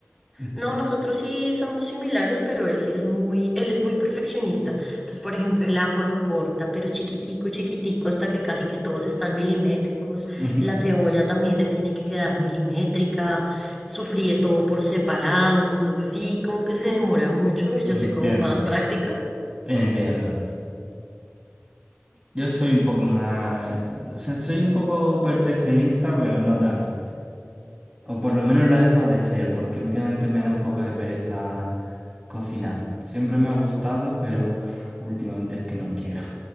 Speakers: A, on the right; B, in the centre.
A: <laughs>
B: No, nosotros sí somos similares, pero él sí es muy, él es muy perfeccionista. Entonces, por ejemplo, el ajo lo corta, pero chiquitico, chiquitico, hasta que casi que todos están milimétricos.
A: Ujú,
B: La cebolla también le tiene que quedar milimétrica. Sofríe todo por separado. Entonces, sí, como que se demora mucho y yo
A: Entiendo,
B: soy como más práctica.
A: entiendo. Yo soy un poco más, o sea, soy un poco perfeccionista, pero no tanto. O por lo menos lo ha dejado de ser, porque últimamente me da un poco de pereza cocinar. Siempre me ha gustado, pero uf, últimamente es que no quiero.